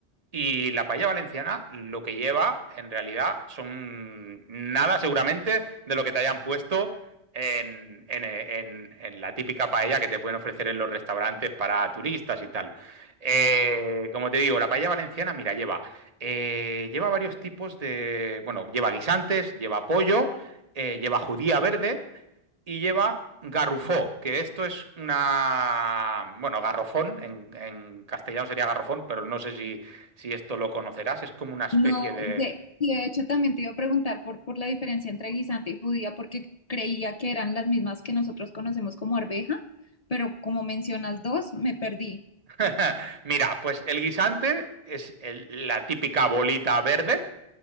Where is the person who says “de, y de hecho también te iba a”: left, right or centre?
Left